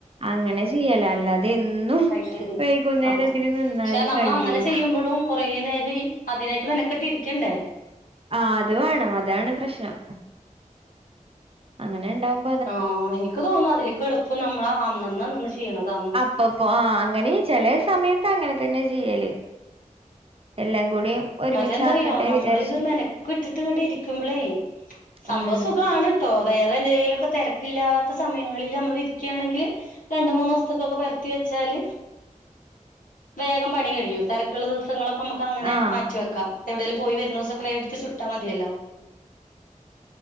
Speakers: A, on the right; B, on the left.
A: അങ്ങനെ ചെയ്യല അല്ലാതെ എന്നും
B: അത് ശരി
A: വൈകുന്നേരതിന്
B: അപ്പൊ
A: നിന്നാല്
B: പക്ഷെ നമ്മളങ്ങനെ
A: കയ്യൂല
B: ചെയ്യുമ്പളും കുറേ നേരം അതിനായിട്ട് മെനക്കെട്ടിരിക്കണ്ടേ
A: ആഹ് അത് വേണം അതാണ് പ്രശ്നം അങ്ങനെണ്ടാവും
B: ആഹ് എനിക്ക് തോന്ന് അതിലെക്ക് എളുപ്പം നമ്മളാ അന്നന്നന്ന് ചെയ്യണതാന്ന്
A: ഒപ്പ ആഹ് അങ്ങനെ ചെലേ സമയത്ത് അങ്ങനെ തന്നെ ചെയ്യല് എല്ലാം കൂടി ഒരുമിച്ച്
B: മറ്റേ എന്താറിയോ
A: ആക്കണ്ടേ
B: നമ്മളിത്
A: വിചാരിച്ച്
B: മെനക്കെട്ടിട്ട് ഇങ്ങട്ട് ഇരിക്കുമ്പളേയ് സംഭവ
A: ഉം
B: സുഖാണ് ട്ടോ വേറെ എതേലൊക്കെ തെരക്കില്ലാത്ത സമയങ്ങളില് അമ്മൾ ഇരിക്ക്യാണെങ്കില് രണ്ട് മൂന്നൂസ്ത്തൊക്കൊക്കെ പരത്തി വെച്ചാല് വേഗം പണി കഴിയും തെരക്കുള്ള ദിവസങ്ങളൊ നമുക്ക് അങ്ങനെ
A: ആഹ്
B: മാറ്റിവെക്കാം എവിടെലും പോയി വരുണോസൊക്കെ വേടുത്ത് ചുട്ടാ മതിയല്ലോ